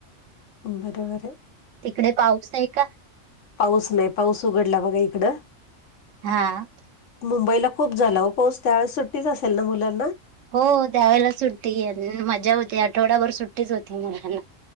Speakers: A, on the left; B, on the right.
A: बरोबरय.
B: तिकडे पाऊस आहे का?
A: पाऊस नाही, पाऊस उघडला बघा इकडं.
B: हा.
A: मुंबईला खूप झाला हो पाऊस त्या वेळेस सुट्टीच असेल ना मुलांना?
B: हो त्यावेेळेला सुट्टी, मजा होती. आठवडाभर सुट्टीच होती मुलांना.